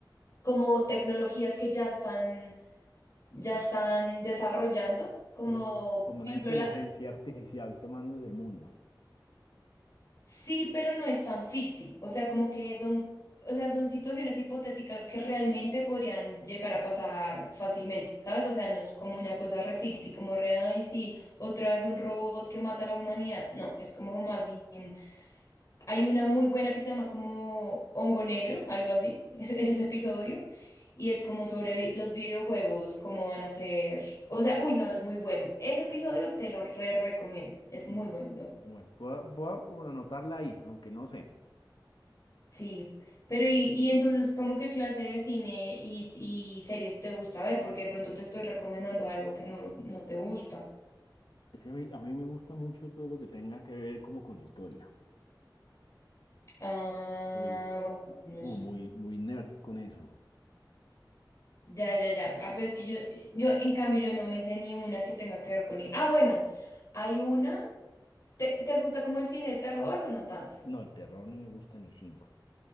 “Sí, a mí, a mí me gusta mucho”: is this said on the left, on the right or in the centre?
Left